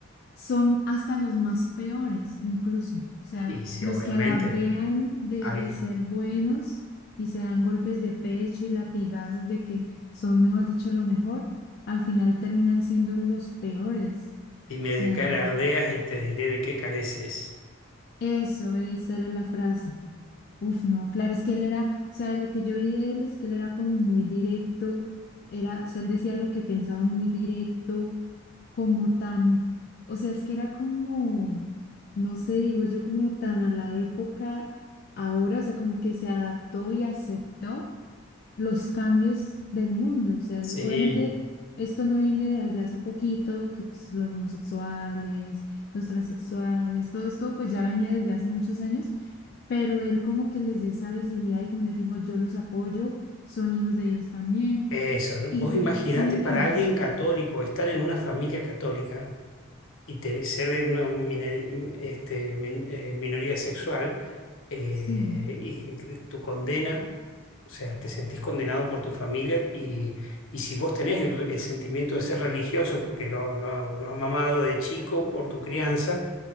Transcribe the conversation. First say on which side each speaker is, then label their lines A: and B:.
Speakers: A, on the left; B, on the left.
A: son hasta los más peores, incluso. O sea,
B: Y sí,
A: los
B: obviamente,
A: que alardean de,
B: al-
A: de ser buenos y se dan golpes de pecho y latigazos de que son, mejor dicho, lo mejor, al final terminan siendo los peores.
B: dime
A: O
B: de
A: sea,
B: qué alardeas y te diré de qué careces.
A: eso, esa era la frase. Uf, no, claro, es que él era, o sea, de lo que yo vi de él es que él era como muy directo, era, o sea, él decía lo que pensaba muy directo como tan, o sea, es que era como, no sé, digo yo, como tan a la época ahora, o sea, como que se adaptó y aceptó los cambios del mundo. O sea,
B: Sí,
A: obviamente esto no viene desde hace poquito, que pues los homosexuales, los transexuales, todo esto pues ya venía desde hace muchos años, pero él como que les dio esa visibilidad y como les dijo, yo los apoyo, son hijos de Dios también.
B: eso.
A: Y
B: Vos imaginate
A: me- ¿sí me entiendes?
B: para alguien católico, estar en una familia católica y te- ser de una mine- este, min- eh, minoría sexual eh,
A: Sí,
B: y tu condena, o sea, te sentís condenado por tu familia y, y si vos tenés el, re- el sentimiento de ser religioso porque lo, lo, lo has mamado de chico por tu crianza